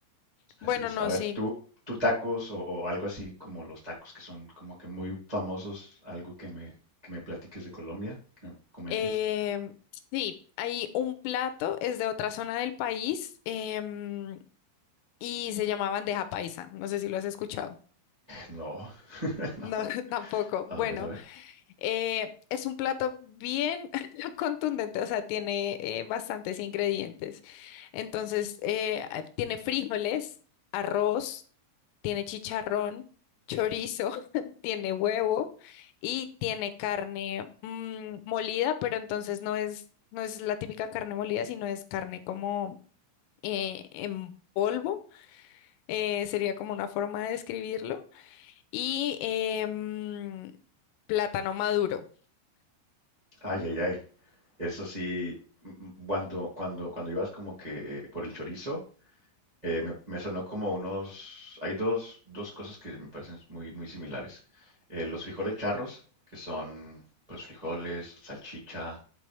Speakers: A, on the right; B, on the left.
A: así
B: Bueno,
A: es.
B: no,
A: A ver,
B: sí.
A: tú, tú tacos o, o algo así como los tacos que son como que muy famosos, algo que me, que me platiques de Colombia, que me comentes.
B: Em, sí, hay un plato, es de otra zona del país, em, y se llama bandeja paisa. No sé si lo has escuchado.
A: No, <laughs> no.
B: No, <laughs> tampoco.
A: A
B: Bueno.
A: ver, a ver.
B: Eh, es un plato bien <laughs> contundente, o sea, tiene eh, bastantes ingredientes. Entonces, eh, a- tiene frijoles, arroz, tiene chicharrón, chorizo, <laughs> tiene huevo y tiene carne mm, molida, pero entonces no es, no es la típica carne molida, sino es carne como eh, en polvo, eh, sería como una forma de describirlo, y em, plátano maduro.
A: Ay, ay, ay. Eso sí, m- cuando, cuando, cuando ibas como que eh, por el chorizo, eh, me, me sonó como unos... Hay dos, dos cosas que me parecen muy, muy similares. Eh, los frijoles charros, que son pues frijoles, salchicha,